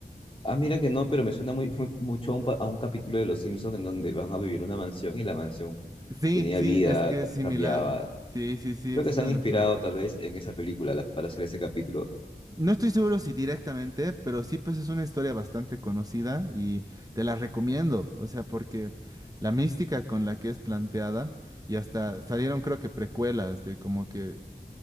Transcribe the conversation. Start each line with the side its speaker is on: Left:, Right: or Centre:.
Left: Ah, mira que no, pero me suena muy, muy- mucho a un, pa- a un capítulo de Los Simpsons en donde van a vivir una mansión y la mansión
Right: Sí,
Left: tenía
Right: sí,
Left: vida,
Right: es que
Left: ca-
Right: es similar.
Left: cambiaba.
Right: Sí, sí, sí,
Left: Creo
Right: es
Left: que se
Right: una
Left: han
Right: locura.
Left: inspirado tal vez en esa película la- para hacer ese capítulo.
Right: No estoy seguro si directamente, pero sí, pues es una historia bastante conocida y te la recomiendo. O sea, porque la mística con la que es planteada y hasta salieron creo que precuelas de como que